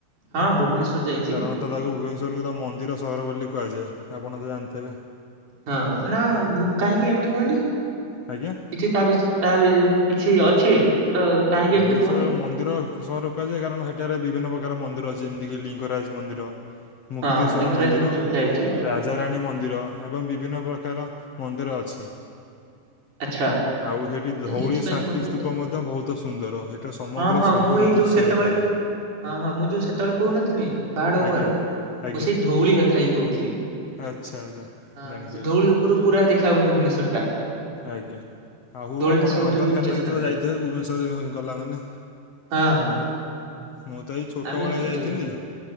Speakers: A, on the right; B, on the left.
A: ହଁ ଭୁବନେଶ୍ଵର ଯାଇଚି।
B: କାରଣ ତ ତାକୁ ଭୁବନେଶ୍ୱରକୁ ତ ମନ୍ଦିର ସହର ବୋଲି କୁହାଯାଏ। ଆପଣ ତ ଜାଣିଥିବେ।
A: ହଁ ନା ଭୁ କାହିଁକି ଏମିତି କୁହନ୍ତି?
B: ଆଜ୍ଞା।
A: କିଛି ତା ବିଷୟ ତାହେଲେ କିଛି ଅଛି। ତ କାହିଁକି
B: ଭୁବନେଶ୍ୱର
A: ଏମିତି କୁହନ୍ତି
B: ରେ ମନ୍ଦିର ସହର କୁହାଯାଏ। କାରଣ ସେଠାରେ ବିଭିନ୍ନ ପ୍ରକାର ମନ୍ଦିର ଅଛି। ଯେମିତିକି ଲିଙ୍ଗରାଜ ମନ୍ଦିର। ମୁକ୍ତେଶ୍ୱର
A: ହଁ ଲିଙ୍ଗରାଜ
B: ମନ୍ଦିର।
A: ଯାଇଛି
B: ରା ରାଜାରାଣୀ ମନ୍ଦିର। ଏବଂ ବିଭିନ୍ନ ପ୍ରକାର ମନ୍ଦିର ଅଛି।
A: ଆଚ୍ଛା
B: ଆଉ ସେଠି ଧଉଳି
A: ଏଥିପାଇଁ
B: ଶାନ୍ତି
A: କୁହନ୍ତି ବୋଧେ
B: ସ୍ତୂପ ମଧ୍ୟ ବହୁତ ସୁନ୍ଦର। ହେଇଟା ସମଗ୍ର
A: ହଁ ହଁ
B: ସହରର
A: ମୁଁ ଏଇ ଯୋଉ
B: ଦୃଶ୍ୟ
A: ସେତେବେଳେ
B: ଦେଖାଯାଏ।
A: ହଁ ହଁ। ମୁଁ ଯୋଉ ସେତେବେଳେ କହୁନଥିଲି ପାହାଡ
B: ଆଜ୍ଞା
A: ଉପରେ
B: ଆଜ୍ଞା
A: ମୁଁ ସେଇ ଧଉଳି କଥା ହିଁ କହୁଥିଲି।
B: ଆଚ୍ଛା ଆଚ୍ଛା
A: ହଁ
B: ଜାଣିପାରିଲି
A: ଧଉଳି ସେ ଉପୁରୁ ପୁରା ଦେଖା ହୁଏ ଭୁବନେଶ୍ୱର ଟା।
B: ଆଜ୍ଞା। ଆଉ
A: ଧଉଳି
B: ଆପଣ
A: ଟା ସବୁଠାରୁ
B: ନନ୍ଦନକାନନ
A: ଉଞ୍ଚା
B: କେତେବେଳେ
A: ସ୍ଥାନ।
B: ଯାଇଥିବେ ଭୁବନେଶ୍ଵର ଗଲା ମାନେ?
A: ହଁ ହଁ
B: ମୁଁ ତ ଏଇ ଛୋଟବେଳେ
A: ଆମେ
B: ଯାଇଥିଲି।
A: ଯାଇଥିଲୁ ହଁ